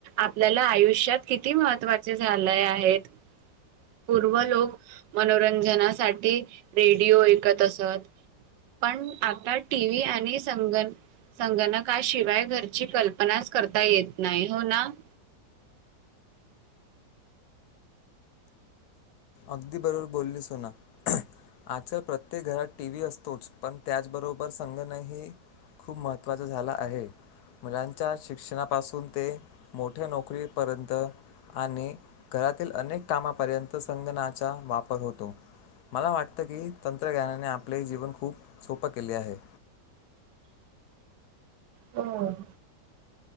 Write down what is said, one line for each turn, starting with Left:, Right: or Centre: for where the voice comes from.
Right: आपल्याला आयुष्यात किती महत्त्वाचे झाले आहेत. पूर्व लोक मनोरंजनासाठी रेडिओ ऐकत असत. पण आता टी. व्ही. आणि संगणक. संगणकाशिवाय घरची कल्पनाच करता येत नाही हो ना. <inaudible>
Left: अगदी बरोबर बोललीस सोना. आजकाल प्रत्येक घरात टीव्ही असतोच. पण त्याचबरोबर संगणकही. खूप महत्वाचा झाला आहे. मुलांच्या शिक्षणापासून ते. मोठ्या नोकरीपर्यंत. आणि घरातील अनेक कामापर्यंत स संगणकाचा वापर होतो. मला वाटत की तंत्रज्ञानाने आपले जीवन खूप सोप केले आहे.
Right: हम.